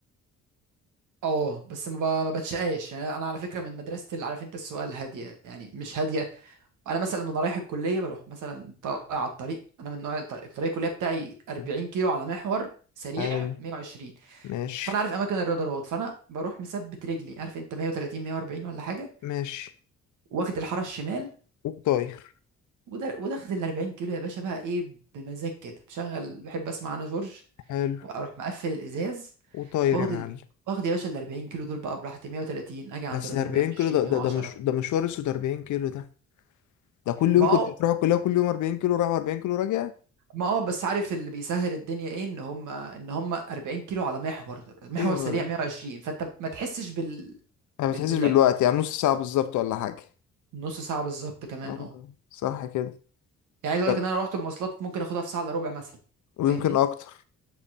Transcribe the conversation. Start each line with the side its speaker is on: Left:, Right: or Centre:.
Right: اه بس ما ب- ما بتشقاش يعني انا على فكره من مدرسه اللي عارف انت السؤال هاديه يعني مش هاديه انا مثلا وانا رايح الكليه بروح مثلا طالع على الطريق انا من نوع الطريق الطريق الكليه بتاعي 40
Left: مم.
Right: كيلو على محور سريع
Left: حلو
Right: 120
Left: ماشي
Right: فانا عارف اماكن الرادارات فانا بروح مثبت رجلي عارف انت 130 140 ولا حاجه
Left: ماشي
Right: واخد الحاره الشمال
Left: وطاير
Right: وده واخد ال 40 كيلو يا باشا بقى ايه بمزاج كده بشغل بحب اسمع انا جورج
Left: حلو
Right: واروح مقفل الازاز
Left: وطاير
Right: واخد
Left: يا معلم
Right: ال... واخد يا باشا ال 40 كيلو دول بقى براحتي 130 اجي عند
Left: بس
Right: رادار
Left: ده 40
Right: 120
Left: كيلو ده ده
Right: 110
Left: ده مش ده مشوار اسود 40 كيلو ده ده كل
Right: ما
Left: يوم
Right: هو
Left: كنت بتروح الكلية كل يوم 40 كيلو رايح 40 كيلو راجع
Right: ما اه بس عارف اللي بيسهل الدنيا ايه ان هم ان هم 40 كيلو على محور محور
Left: ايوه ما
Right: سريع 120 فانت ما تحسش بال
Left: ما
Right: بال
Left: بتحسش
Right: بال
Left: بالوقت يعني نص ساعة بالظبط ولا حاجة
Right: نص ساعه بالظبط كمان
Left: آه،
Right: اه
Left: صح كده
Right: يعني عايز اقول
Left: طب،
Right: لك ان انا رحت المواصلات ممكن اخدها في ساعه الا ربع مثلا
Left: ويمكن
Right: فاهمني
Left: اكتر